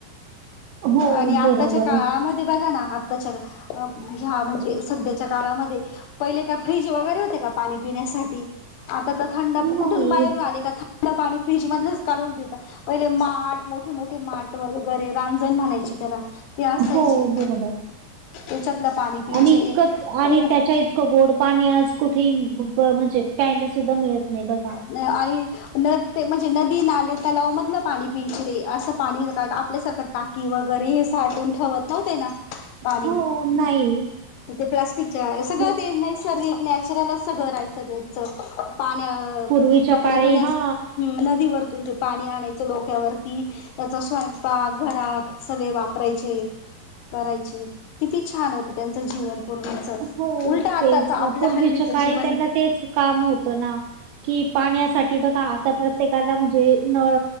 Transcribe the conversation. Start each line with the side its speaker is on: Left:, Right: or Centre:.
Right: हो.
Left: आणि आत्ताच्या
Right: बरोबर.
Left: काळामध्ये बघा ना आत्ताच्या ह्या म्हणजे सध्याच्या काळामध्ये पहिले का फ्रीज वगैरे होते का पाणी पिण्यासाठी आता तर थंड कुठून
Right: नाही.
Left: बाहेरून आले का? थड पाणी फ्रीज मधच काढून पिता पहिले माठ मोठे मोठे माट वगैरे रांजण म्हणायचे कस त्याला ते असायचे
Right: हो बरोबर आहे.
Left: त्याच्यातलं पाणी पियचे
Right: आणि इतकं आणि
Left: उ
Right: त्याच्या इतकं गोड पाणी आज कुठे म्हणजे प्यायला सुद्धा मिळत नाही बघा.
Left: न आई न ते म्हणजे नदी नाले तलव मधला पाणी पिंचरे असं पाणी आपल्यासारखं टाकी वगैर घरी साठून ठेवत नव्हते ना पाणी.
Right: हो, नाही.
Left: तर ते प्लास्टिकच्या सगळं
Right: हो.
Left: ते नैसर्ग नॅचरल असं रायचं त्यांचं. पाण्या
Right: पूर्वीच्या
Left: कपडे
Right: काळी
Left: धुण्यास
Right: हा
Left: ह नदीवरतून ते पाणी आणायचं डोक्यावरती त्याचा स्वयंपाक घरात वापराय करायचे किती छान होत त्यांचं जीवन. पूर्वीच
Right: हो
Left: उलटा आताच
Right: तेच
Left: आपल्या
Right: ना पूर्वीच्या
Left: हल्लीचं
Right: काळी
Left: जीवन
Right: त्यांना तेच काम होतं ना. कि पाण्यासाठी बघा आता प्रत्येकाला म्हणजे नळ